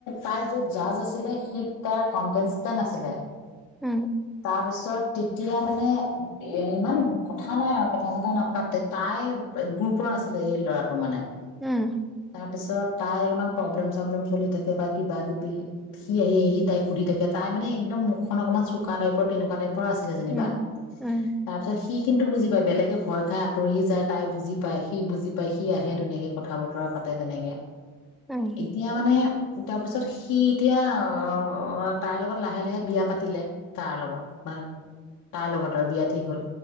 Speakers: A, on the left (about 70°); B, in the centre.
A: তাই য'ত জাৰ্জ আছিলে সি তাৰ কনটেচটেনট আছিলে
B: উম
A: তাৰপিছত তেতিয়া মানে এ ইমান কথা নাই আৰু কথা চথা নাপাতে তাই গ্ৰুপৰ আছিলে এই ল'ৰাটোৰ মানে
B: উম
A: তাৰপিছত তাই অলপমান প্ৰব্লেম-চব্লেম চলি থাকে বা কিবা কিবি সি আহি আহি তাই সুধি থাকে তাই মানে একদম মুখখন অকণমান চোকা টাইপৰ তেনেকুৱা টাইপ আছিলে যেনিবা
B: উম,
A: তাৰ
B: উম,
A: পিছত সি সি কিন্তু বুজি পায় বেলেগে ভয় খাই আঁতৰি যায় তাই বুজি পায় সি বুজি পায় সি আহে ধুনীয়াকে কথা বতৰা পাতে তেনেকে
B: উম,
A: এতিয়া মানে তাৰপিছত তাৰপাছত সি এতিয়া অ তাইৰ লগত লাহে লাহে বিয়া পাতিলে তাৰ লগত ম তাৰ লগত আৰু বিয়া ঠিক হ'ল